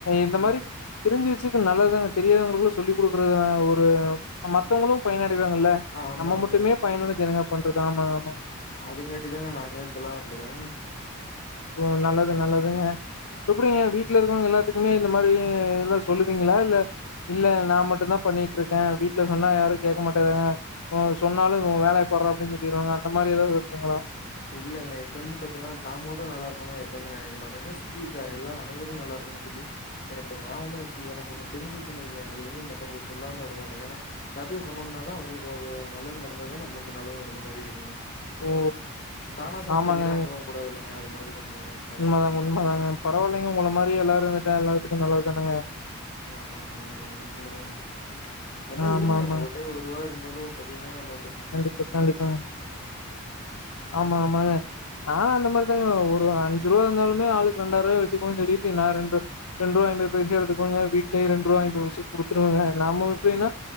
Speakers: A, on the left; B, on the left.
A: இந்த மாரி
B: ம்.
A: தெரிஞ்சு வெச்சு நல்லது தானங்க தெரியாதவங்களுக்கு சொல்லிக் குடுக்கறது ஒரு மத்தவங்களு பயன்அடை செய்வாங்கல
B: ஆமாமா.
A: நம்ம மட்டுமே பயனடைஞ்சு என்னங்க பண்றது ஆமா ஆமா
B: அதுங்காட்டி தாங்க நானெல்லா இப்பெல்லா அப்படிதாங்க
A: ஓ நல்லது நல்லதுங்க எப்படிங்க வீட்டுல இருக்கவங்க எல்லாத்துக்குமே இந்த மாரி எல்லா சொல்லுவீங்களா இல்ல இல்ல நா மட்டும் தா பண்ணிட்டுருக்கே வீட்ல சொன்னா யாரு கேட்க மாட்டே தாங்க உ சொன்னாலு உன் வேலய பார்ரா அப்படின்னு சொல்லிருவாங்க அந்த மாரி ஏதாவது இருக்குங்களா
B: இல்ல இல்ல எப்பவுமே பாத்தீன்னா தா மட்டு நல்லா இருக்கணுன்னு எப்பவுமே நெனைக்க மாட்டேங்க சுத்தி இருக்க எல்லா அனைவரு நல்லா இருக்கணுன்னு சொல்லி நெனைப்பாங்க நா ஒன்னு எனக்கு ஒன்னு தெரிஞ்சுச்சு வைங்க அது வந்து மத்தவங்களுக்கு சொல்லாம விடமாட்டேங்க ஏன்னா எல்லாத்துக்கு சொன்னோமுனா தா அவங்களுக்கு ஒரு நல்லது நடந்ததுதா நமக்கு நல்லது நடந்த மாரி இருக்குங்க
A: ஓ
B: தானா சாப்ட்டு
A: ஆமாங்க
B: வீணா போக கூடாதுல்லங்க அது மாரி தாங்க கான்செப்ட்டு.
A: உண்மதாங்க உண்மதாங்க பரவாயில்லைங்க உங்கள மாரியே எல்லாரு இருந் துட்டா எல்லாத்துக்கு நல்லது தானங்க
B: ஆமா ஆமாங்க நீங்களும் அது மாரி
A: ஆமா
B: இருங்க
A: ஆமா
B: உங்ககிட்ட ஒருவா இருந்தாலு பாத்தீங்கன்னா இன்
A: கண்டிப்பா கண்டிப்பா ஆமா ஆமாங்க நானு அந்த மாரி ங்க ஒரு அஞ்ச ரூவா இருந்தாலுமே ஆளுக்கு ரெண்டாரூவாயா வச்சக்குவோ <unintelligible> நா ரெண்டு ரெண்டு ரூவா ஐம்பது பைசா எடுத்துக்குவங்க வீட்லியு ரெண்டு ரூவா ஐம்பது பைசா குடுத்துருவங்க நாம எப்படின்னா
B: அம்